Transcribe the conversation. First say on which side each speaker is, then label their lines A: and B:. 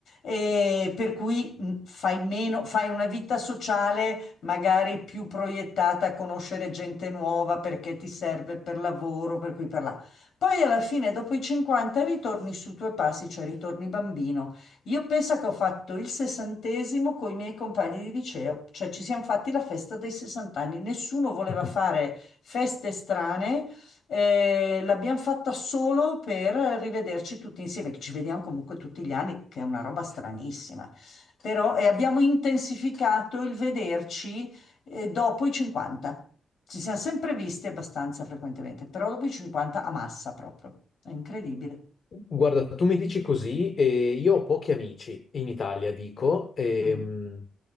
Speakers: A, on the left; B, on the left.
A: E per cui mh, fai meno, fai una vita sociale magari più proiettata a conoscere gente nuova perché ti serve per lavoro, per qui per là. Poi alla fine, dopo i 50, ritorni sui tuoi passi, cioè ritorni bambino. Io penso che ho fatto il sessantesimo con i miei compagni di liceo, cioè ci siamo fatti la festa dei 60 anni. Nessuno voleva
B: Mhm.
A: fare
B: <laughs>
A: feste strane eh, l'abbiamo fatta solo per rivederci tutti insieme, che ci vediamo comunque tutti gli anni, che è una roba stranissima. Però e abbiamo intensificato il vederci eh, dopo i 50. Ci siamo sempre visti abbastanza frequentemente, però dopo i 50 a massa proprio. È incredibile.
B: Guarda, tu mi dici così, e io ho pochi amici in Italia, dico, ehm,
A: Mm.